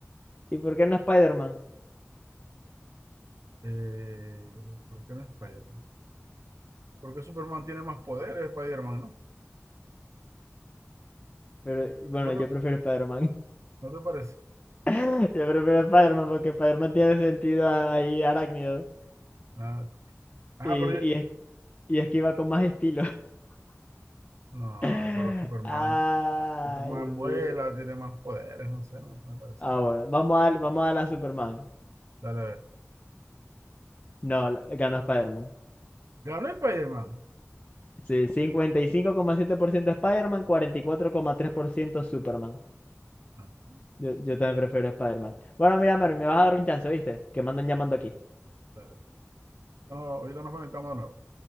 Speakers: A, on the left; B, on the right.
A: ¿Y por qué no Spider-Man?
B: Eh, ¿por qué no Spider-Man? Porque Superman tiene más poderes, Spider-Man, ¿no?
A: Pero bueno,
B: ¿No te,
A: yo prefiero Spider-Man.
B: no te parece?
A: <laughs> Yo prefiero Spider-Man porque Spider-Man tiene sentido ahí arácnido
B: Ah, ajá,
A: y,
B: pero ya-
A: y, es- y esquiva con más estilo.
B: no,
A: <laughs>
B: pero Superman,
A: Ay,
B: Superman
A: Dios mío.
B: vuela, tiene más poderes, no sé, no me parece
A: Ah,
B: nada.
A: bueno, vamos a, vamos a la Superman.
B: Dale, a ver.
A: No, la- ganó Spider-Man.
B: ¿Ganó Spider-Man?
A: Sí, 55,7% Spider-Man, cuarenta y cuatro coma tres por ciento Superman.
B: Ah,
A: Yo, yo también prefiero Spider-Man. Bueno, mira, Mervin, me vas a dar un chance, ¿viste? Que me andan llamando aquí.
B: dale, espera. No, ahorita nos conectamos de nuevo.